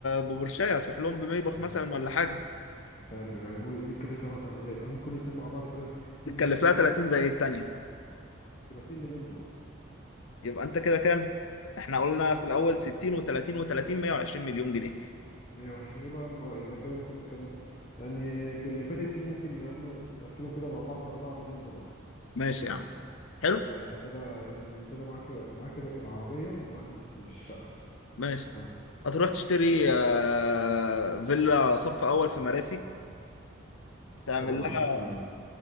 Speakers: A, on the left; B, on the left.
A: ببورشية هتروح لهم بميباخ
B: بالظبط
A: مثلا ولا حاجة
B: حلو يعني مو- دي تكلفها مثلا يعني ممكن يتم مع بعض كده 2
A: تتكلف
B: مليون دولار
A: لها 30
B: مثلا
A: زي التانية
B: يبقى 2 مليون دولار
A: يبقى انت كده كام؟ احنا قلنا
B: 2 مليون
A: في الأول 60 و30 و30 120 مليون جنيه
B: 120 يبقى اه يبقى كده مثلا بتتكلم يعني باللي فاتت دي ممكن يا عم نقفلهم كده مع بعض 4 مليون دولار
A: ماشي يا عم حلو؟
B: ده انت كده ال... كده معاك معاك العربية ومعاك الشقة
A: ماشي
B: آه.
A: هتروح تشتري آه، فيلا صف أول في مراسي تعمل
B: طبعا عشان
A: لها